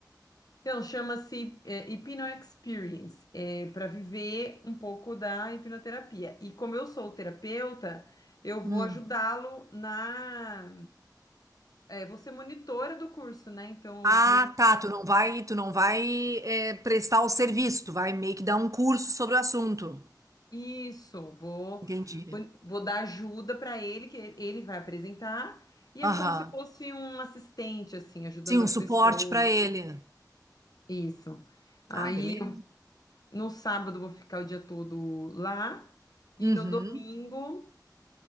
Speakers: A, on the left (about 60°); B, on the right (about 50°).
A: então, chama-se é, Hypno Experience, para viver um pouco da hipnoterapia. E como eu sou terapeuta, eu
B: Hum.
A: vou ajudá-lo na. É, vou ser monitora do curso, né? Então,
B: Ah,
A: mo-
B: tá, tu não vai, tu não vai é, prestar o serviço, tu vai meio que dar um curso sobre o assunto.
A: isso, vou,
B: Entendi.
A: vou dar ajuda para ele, que ele vai apresentar. E
B: Aham.
A: é como se fosse um assistente, assim, ajudando
B: Sim, um
A: as
B: suporte
A: pessoas.
B: para ele.
A: Isso. Aí
B: Ah, beleza.
A: No sábado vou ficar o dia todo lá e
B: Uhum.
A: no domingo